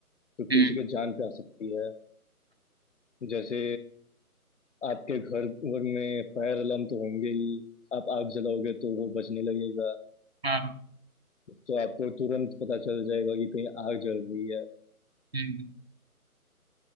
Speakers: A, on the left; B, on the right.
A: तो
B: हम्म,
A: किसी के जान पे आ सकती है जैसे आपके घर घर में फायर अलार्म तो होंगे ही आप आग जलाओगे तो वो बचने लगेगा
B: हाँ, हम्म।
A: तो आपको तुरंत पता चल जाएगा कि कहीं आग जल रही है
B: हम्म।